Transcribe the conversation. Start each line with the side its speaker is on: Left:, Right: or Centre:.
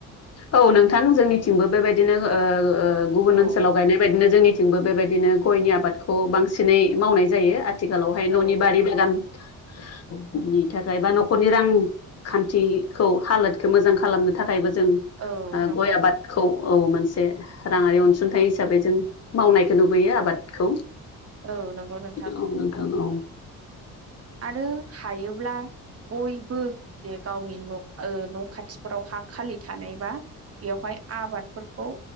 Left: औ नोंथां जोंनिथिंबो बेबादिनो ओ गुबुन
Right: औ
Left: ओनसोलाव गायनाय बाय दिनो जोंनिथिंबो बेबादिनो गयनि आबादखौ बांसिनै मावनाय जायो आ थिखालावहाय न'नि
Right: औ
Left: बारि
Right: नंगौ
Left: बागान बिनि थाखाय बा न'खरनि रांखान्थिखौ हालोदखो मोजां खालामनो थाखायबो जों
Right: औ
Left: ओं
Right: नंगौ
Left: गय आबादखौ औ मोनसे राङारि अनसुंथाइ हिसाबै जों मावनायखो नुबोयो आबादखौ!
Right: ओ नंगौ नोंथां!
Left: औ औ
Right: आरो हायोब्ला बयबो जे गावनि ओ न' खाथिफोराव हा खालि थानायबा बेयाव हाय आबादफोरखौ